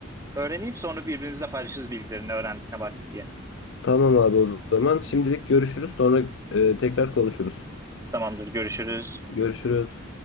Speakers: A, on the right; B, on the left.
A: öğreneyim. Sonra birbirimizle paylaşırız bilgilerini öğrendik ne baktık diye.
B: Tamam abi o zaman şimdilik görüşürüz sonra e, tekrar konuşuruz.
A: Tamamdır, görüşürüz.
B: Görüşürüz.